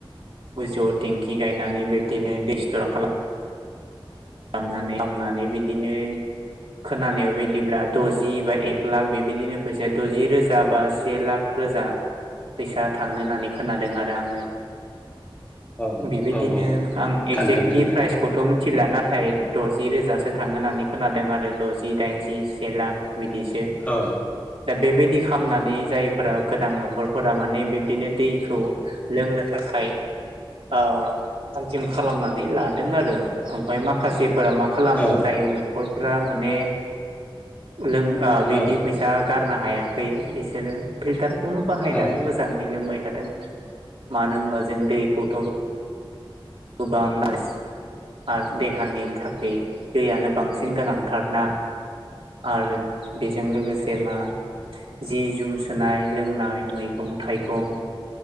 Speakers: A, on the right; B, on the left.
A: <unintelligible> टेंखि गायनानै बिब्दिनो दैस्थर खाला खामनानै खामनानै बिद बिनो खोनानाय बायदिब्ला दजि बा एक लाख बेबायदिनो फैसााया दजिरोजा बा से लाख रोजा फैसा थांनो नानै खोनादों आरो आङो।
B: औ
A: बेबायदिनो
B: औ औ
A: आं एगजेक्टलि
B: थांगोन थांगोन
A: प्राइजखौथ' मोन थिला ना थाय द'जि रोजासो थांङो होननानै खोनादों आरो द'जि दाइनजि से लाख बिदिसो
B: औ
A: दा बेबायदि खामनानै जायफोरा गोनां नख'रफोरा माने बिब्दिनो दैखौ लोंनो थाखाय ओ थामथिम खालामनानै लादों आरो ओम फाय माखासे फोरा मा खालामो
B: औ
A: जायो नाव नख'रफ्रा माने लों ओ बिदि
B: औ
A: फैसा गारना हायाखै बिसोरो फिल्टार खौनो बाहायनानै
B: औ
A: मोजाङै लोंबाय थादों मानो होनबा जों दैखौथ' <unintelligible> आर देहानिल थाखाय दैयानो बांसिन गोनांथारना आरो बेजों लोगोसे मा जि जुम सुनाय लोंनाय मैगं थाइगं